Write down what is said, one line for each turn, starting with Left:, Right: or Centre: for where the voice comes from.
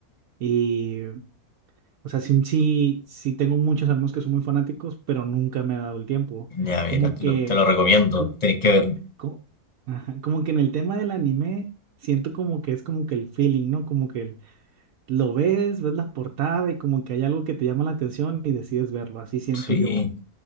Right: y, o sea, sí, sí, sí tengo muchos amigos que son muy fanáticos, pero nunca me ha dado el tiempo.
Left: Ya,
Right: Como
Left: mira, te
Right: que,
Left: lo, te lo recomiendo,
Right: co-
Left: tenéis que verlo.
Right: co- ajá, como que en el tema del anime siento como que es como que el feeling, ¿no? Como que el- lo ves, ves la portada y como que hay algo que te llama la atención y decides verlo. Así siento
Left: Sí,
Right: yo